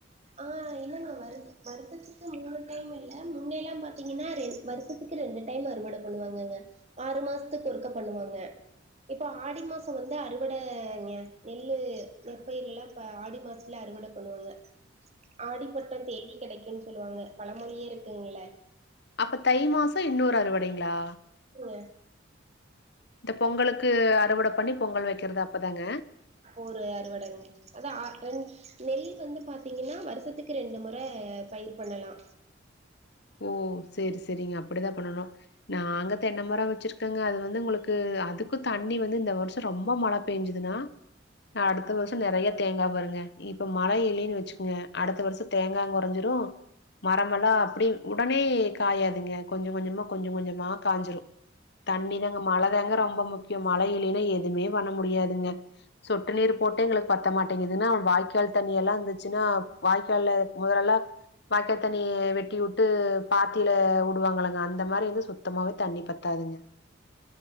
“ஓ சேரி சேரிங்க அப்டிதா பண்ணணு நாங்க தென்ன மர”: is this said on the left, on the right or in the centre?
Left